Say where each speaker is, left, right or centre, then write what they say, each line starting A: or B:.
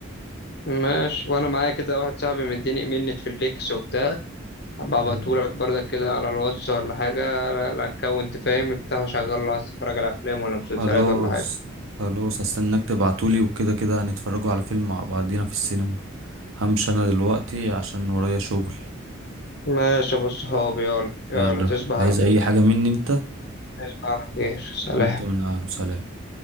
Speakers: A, on the left; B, on the right.
A: ماشي وأنا معايا كده واحد صاحبي مديني إيميل نتفليكس وبتاع أبقى أبعتهولك
B: مم.
A: برضك كده على الواتس ولا حاجة لا- لا أكونت فاهم افتحه شغله لو عايز تتفرج على أفلام ولا مسلسلات
B: خلاص
A: ولا حاجة
B: خلاص هستناك تبعتولي وكده كده هنتفرجوا على فيلم مع بعضينا في السينما همشي انا دلوقتي عشان ورايا شغل
A: ماشي يا أبو الصحاب يلا يلا
B: يلا
A: تصبح
B: عايز
A: على خير
B: اي حاجة مني انت
A: تصبح على خير سلام
B: وانت من اهله سلام